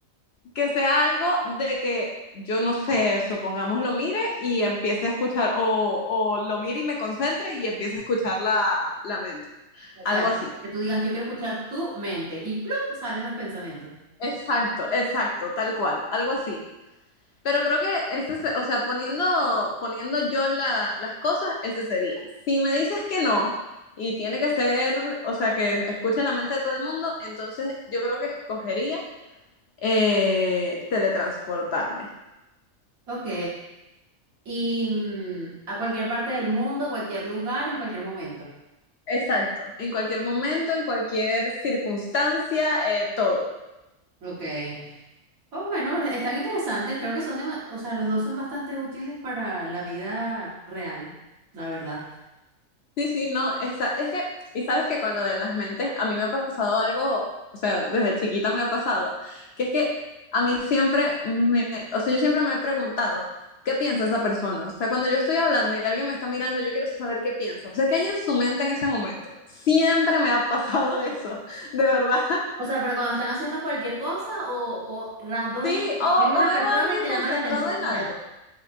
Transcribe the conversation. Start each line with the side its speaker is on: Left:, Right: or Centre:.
Left: que sea algo de que yo no sé, supongamos lo mire y empiece a escuchar, o, o lo mire y me concentre y empiece a escuchar la, la mente,
Right: Exacto.
Left: algo así.
Right: Que tú digas, yo quiero escuchar tu mente y plum, salen los pensamientos.
Left: Exacto, exacto, tal cual, algo así. Pero creo que ese, se- o sea, poniendo, poniendo yo la- las cosas, ese sería. Si me dices que no, y tiene que ser, o sea, que escuche la mente de todo el mundo, entonces yo creo que escogería eh, teletransportarme.
Right: Ok. Y mm, a cualquier parte del mundo, cualquier lugar, en cualquier momento.
Left: Exacto, en cualquier momento, en cualquier circunstancia, eh, todo.
Right: Ok. Oh, bueno, pero están interesantes. Creo que son dema- o sea, los dos son bastante útiles para la vida real, la verdad.
Left: Sí, sí, no, esa, es que, y sabes que con lo de las mentes, a mí me ha pasado algo, o sea, desde chiquita me ha pasado, que es que a mí siempre me, o sea, yo siempre me he preguntado, ¿qué piensa esa persona? O sea, cuando yo estoy hablando y alguien me está mirando, yo quiero saber qué piensa. O sea, ¿qué hay en su mente en ese momento? Siempre me ha pasado <laughs> eso, de verdad.
Right: O sea, pero cuando están haciendo cualquier cosa o, o random,
Left: Sí, o,
Right: ves una
Left: o
Right: persona
Left: veo a alguien
Right: y te llama
Left: concentrado
Right: la atención
Left: en
Right: y
Left: algo.
Right: ya.